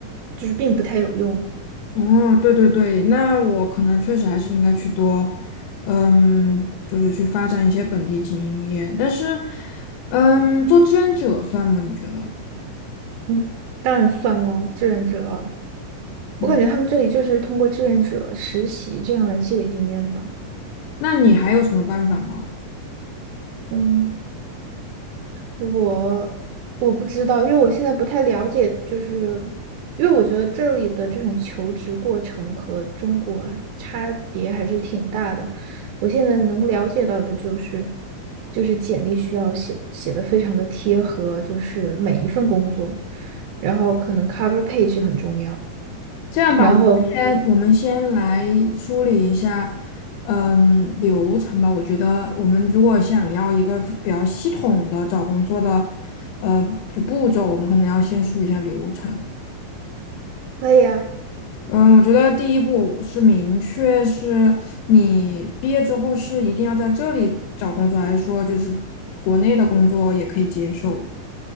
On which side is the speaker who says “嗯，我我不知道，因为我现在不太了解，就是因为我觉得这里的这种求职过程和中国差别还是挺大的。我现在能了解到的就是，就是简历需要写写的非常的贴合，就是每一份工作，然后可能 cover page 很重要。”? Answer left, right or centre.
Right